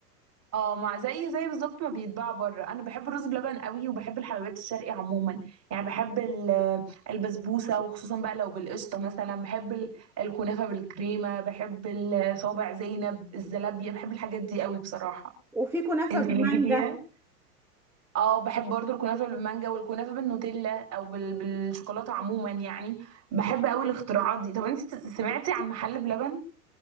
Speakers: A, on the right; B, in the centre.
A: اه مع زي زي بالظبط ما بيتباع بره انا بحب الرز بلبن قوي وبحب الحلويات الشرقي عموما يعني بحب ال- البسبوسه وخصوصا بقى لو بالقشطه مثلا بحب ال- الكنافه بالكريمه بحب ال- صوابع زينب الزلابيه بحب الحاجات دي قوي بصراحه
B: وفي كنافة
A: انت
B: بالمانجا
A: ليكي فيها اه بحب برضو الكنافه بالمانجا والكنافه بالنوتيلا او بال... بالشوكولاته عموما يعني بحب قوي الاختراعات دي طب انت سمعتي عن محل بلبن